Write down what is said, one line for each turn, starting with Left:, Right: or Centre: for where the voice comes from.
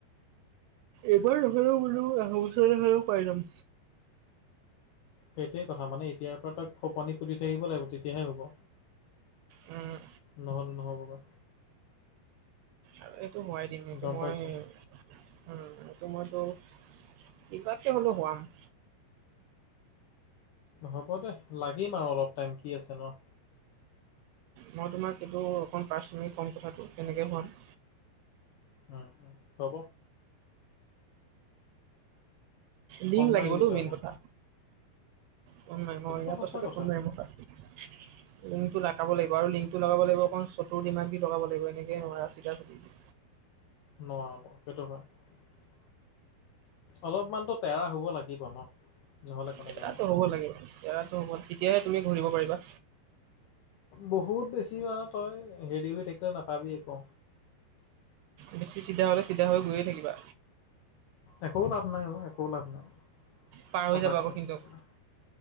Right: এবাৰ নহলে বোলো অহা বছৰে হলেও পাই যাম।
Left: সেইটোৱে কথা, মানে এতিয়াৰ পৰা তাক খপনি পুতি থাকিব লাগিব তেতিয়াহে হ'ব।
Right: উম,
Left: নহ'লে নহ'বগৈ।
Right: আৰু এইটো সোৱাই দিম এইটো
Left: গম
Right: মই
Left: পাইছোঁ,
Right: উম, এইটো মইতো কিবাকে হ'লে হোৱাম।
Left: হ'ব দে, লাগিম আৰু অলপ টাইম কি আছে ন?
Right: মই তোমাক এইটো অকণ পাৰ্চনেলি ক'ম কথাটো কেনেকে সুৱাম।
Left: উম, হব। ফোন
Right: লিংক লাগিবতো
Left: মাৰিবি তই
Right: মেইন
Left: মোক
Right: কথা, ফোন মাৰিম
Left: সেইটোতো
Right: অহ, ইয়াৰ
Left: সঁচা
Right: পাছতে
Left: কথা
Right: ফোন মাৰিম ৰখা। <unintelligible> লিংকটো লগাব লাগিব, আৰু লিংকটো লগাব লাগিব অকণ চতুৰ দিমাক দি লগাব লাগিব এনেকে নোৱাৰ চিধা চিডি।
Left: নোৱাৰ ন, সেইটো হয়। অলপমানতো তেৰা হব লাগিব ন। নহ'লে কেনেকৈ
Right: তেৰা টো হ'ব লাগিব, তেৰাতো হ'ব তেতিয়াহে তুমি কৰিব পাৰিবা।
Left: বহুত বেছি মানে তই হেৰি হৈ থাকিলে নাপাবি একো।
Right: বেছি চিধা হ'লে চিধা হৈ গৈয়ে থাকিবা।
Left: একো লাভ নাই অ, একো লাভ নাই
Right: পাৰ
Left: সঁচা
Right: হৈ যাবা
Left: কথা
Right: আকৌ সিহঁতক।
Left: ক'ব গলে।